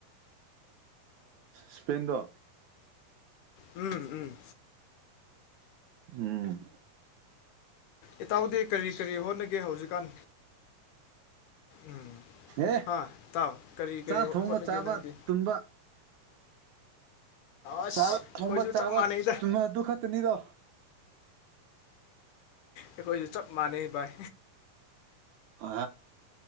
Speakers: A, on the right; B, on the left.
A: ꯁꯄꯦꯟꯗ
B: ꯎꯝ ꯎꯝ
A: ꯎꯝ
B: ꯏꯇꯥꯎꯗꯦ ꯀꯔꯤ ꯀꯔꯤ ꯍꯣꯠꯅꯒꯦ ꯍꯧꯖꯤꯛꯀꯥꯟ ꯎꯝ
A: ꯑꯦ
B: ꯍꯥꯥ ꯇꯥꯎ ꯀꯔꯤ
A: ꯆꯥꯛ
B: ꯀꯔꯤ
A: ꯊꯣꯡꯉ
B: ꯍꯣꯠꯅꯒꯦ
A: ꯆꯥꯕ
B: ꯅꯪꯗꯤ
A: ꯇꯨꯝꯕ
B: ꯑꯁ
A: ꯆꯥꯕ
B: ꯑꯩꯈꯣꯏꯁꯨ
A: ꯊꯣꯡꯕ ꯆꯥꯕ
B: ꯆꯞ ꯃꯥꯟꯅꯩꯗ
A: ꯆꯨꯝꯕ ꯑꯗꯨ ꯈꯛꯇꯅꯤꯗꯣ
B: ꯑꯩꯈꯣꯏꯁꯨ ꯆꯞ ꯃꯥꯟꯅꯩ ꯚꯥꯏ
A: ꯑ